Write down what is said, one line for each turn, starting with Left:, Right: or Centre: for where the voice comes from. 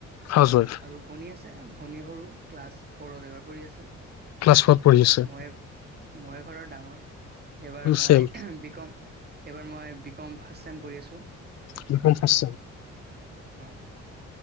Left: হাউচ ৱাইফ
Right: আৰু ভনী আছে, ভনী সৰু ক্লাছ ফৌৰত এইবাৰ পঢ়ি আছে।
Left: ক্লাছ ফ'ৰত পঢ়ি আছে
Right: মই, ময়ে ঘৰৰ ডাঙৰ, এইবাৰ মই
Left: ছেম
Right: বিকম, এইবাৰ মই বি ক'ম ফাৰ্ষ্ট ছেম কৰি আছোঁ।
Left: বি কম ফাৰ্ষ্ট ছেম
Right: আহ